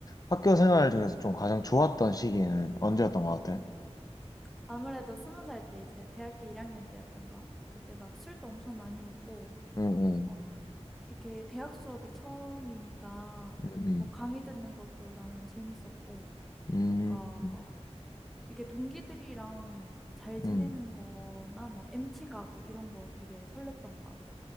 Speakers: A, on the left; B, in the centre.
A: 학교 생활 중에서 좀 가장 좋았던 시기는 언제였던 것 같아?
B: 아무래도 스무 살 때 이제 대학교 1학년 때였던 것 같아. 그때 막 술도 엄청 많이 먹고,
A: 음, 음,
B: 어, 이렇게 대학 수업이 처음이니까
A: 음,
B: 뭐 강의 듣는 것도 나는 재밌었고
A: 음,
B: 뭔가
A: 음,
B: 이게 동기들이랑 잘 지내는
A: 음.
B: 거나 뭐 MT 가고 이런 거 되게 설렜던 것 같아.